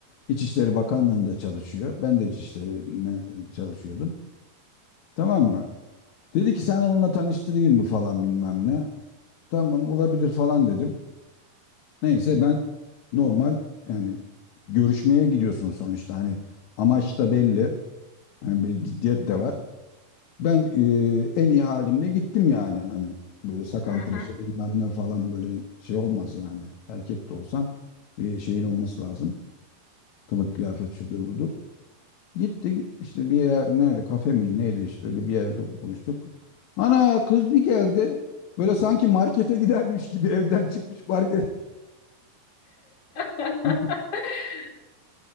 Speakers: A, on the left; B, on the left.
A: İçişleri Bakanlığı'nda çalışıyor. Ben de İçişleri'ne çalışıyordum. Tamam mı? Dedi ki sen onunla tanıştırayım mı falan bilmem ne. Tamam olabilir falan dedim. Neyse ben normal yani görüşmeye gidiyorsun sonuçta hani amaç da belli. Hani bir ciddiyet
B: Hı
A: de
B: hı.
A: var. Ben e, en iyi halimle gittim yani. Hani böyle sakal
B: Hı hı.
A: tıraşı bilmem ne falan böyle şey olmaz yani. Erkek de olsan bir şeyin olması lazım. Kılık kıyafet şudur budur. Gittim işte bir yer nerede kafe mi neydi işte öyle bir yerde buluştuk. Ana kız bir geldi. Böyle sanki markete gidermiş gibi evden çıkmış market.
B: <laughs>
A: <laughs>